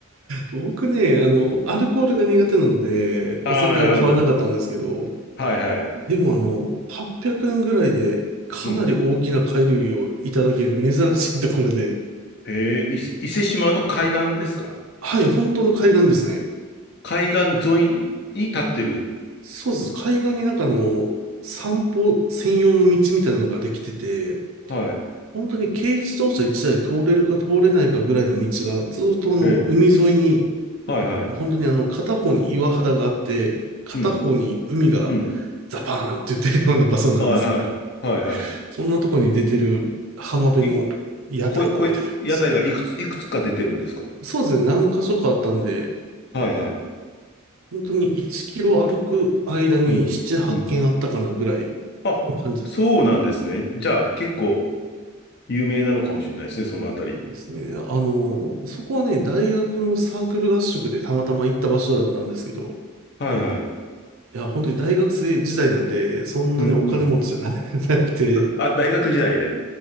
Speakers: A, on the right (about 75°); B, on the left (about 55°).
A: 僕ね、あの、アルコールが苦手なので、
B: ああ、
A: お酒は買わなかったんですけど、
B: なるほど。はいはい。
A: でもあの、800円ぐらいでかなり大きな貝類をいただける珍しいところで、
B: うん。えー、伊勢、伊勢島の海岸ですか
A: はい、本当の海岸ですね。
B: 海岸沿いに立ってる。
A: そうです。海岸になんかあの、散歩専用の道みたいなのができてて、
B: はい。
A: 本当に軽自動車1台通れるか通れないかぐらいの道がずっとあの、
B: ええ
A: 海沿いに
B: はいはい。
A: 本当にあの、片方に岩肌があって、片方に海が
B: うん。うん。
A: ザパーンって言ってるような場所なんですけど、
B: はいはい。はいは
A: そんなとこに出てる浜辺の屋台みたいなんですね。
B: い。い、こ、こ、屋台がいくつ、いくつか出てるんですか
A: そうですね、何箇所かあったんで、
B: はいはい。
A: 本当に1キロ歩く間に7、
B: うん。
A: 8軒あったかなぐらい
B: うん。あ、
A: の感じですね。
B: そうなんですね。じゃあ結構有名なのかもしれないですね、そのあたり。
A: ですね。あの、そこはね、大学のサークル合宿でたまたま行った場所だったんですけど、
B: はいはい。
A: いや、本当に大学生時代なんで、そんなにお金持ちじゃな
B: うんうん。
A: <laughs> なくて、
B: あ、大学時代で。